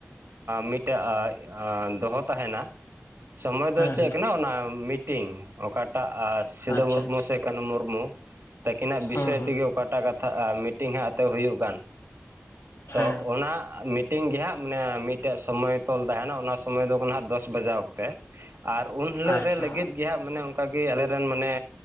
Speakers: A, on the right; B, on the left.
A: ᱢᱤᱫᱴᱮᱡ ᱫᱚᱦᱚ ᱛᱟᱦᱮᱱᱟ᱾ ᱥᱚᱢᱚᱭ
B: ᱦᱮᱸ
A: ᱫᱚ ᱪᱮᱫ
B: ᱦᱮᱸ
A: ᱠᱟᱱᱟ ᱚᱱᱟ ᱢᱤᱴᱤᱝ ᱚᱠᱟᱴᱟᱜ ᱥᱤᱫᱩ
B: ᱟᱪᱪᱷᱟ
A: ᱢᱩᱨᱢᱩ ᱥᱮ ᱠᱟᱹᱱᱦᱩ ᱢᱩᱨᱢᱩ ᱛᱟᱹᱠᱤᱱᱟᱜ ᱵᱤᱥᱚᱭ
B: ᱦᱩᱸ ᱦᱩᱸ
A: ᱛᱮᱜᱮ ᱚᱠᱟᱴᱟᱜ ᱟᱜ ᱢᱤᱴᱤᱝ ᱦᱟᱸᱜ ᱮᱛᱮ ᱦᱩᱭᱩᱜ ᱠᱟᱱ
B: ᱦᱮᱸ
A: ᱛᱚ ᱚᱱᱟ ᱢᱤ ᱢᱤᱫᱴᱝ ᱜᱮ ᱦᱟᱸᱜ ᱢᱟᱱᱮ ᱢᱤᱫᱴᱮᱡ ᱥᱚᱢᱚᱭ ᱛᱚᱞ ᱛᱟᱦᱮᱱᱟ ᱚᱱᱟ ᱥᱚᱢᱚᱭ ᱫᱚ ᱦᱟᱜ ᱫᱚᱥ ᱵᱟᱡᱟᱣ ᱛᱮ ᱟᱨ ᱩᱱ ᱦᱤᱞᱳᱜ
B: ᱟᱪᱪᱷᱟ
A: ᱨᱮ ᱞᱟᱹᱜᱤᱫ ᱜᱮ ᱦᱟᱸᱜ ᱢᱟᱱᱮ ᱚᱱᱠᱟ ᱜᱮ ᱟᱞᱮᱨᱮᱱ ᱢᱟᱱᱮ